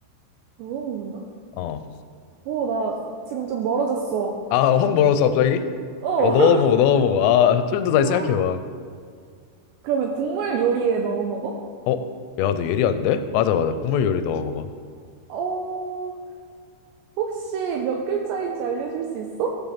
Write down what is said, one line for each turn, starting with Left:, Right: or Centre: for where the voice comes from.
Right: 너무 먹는다?
Left: 어.
Right: 오, 나 지금 좀 멀어졌어.
Left: 아, 확 멀었어, 갑자기?
Right: 어.
Left: 어, 넣어
Right: <laughs>
Left: 먹어, 넣어 먹어. 아, 좀 더 다시
Right: 아,
Left: 생각해봐.
Right: 그러면 국물 요리에 넣어 먹어?
Left: 어, 야, 너 예리한데? 맞아, 맞아. 국물 요리 넣어 먹어.
Right: 어, 혹시 몇 글자인지 알려줄 수 있어?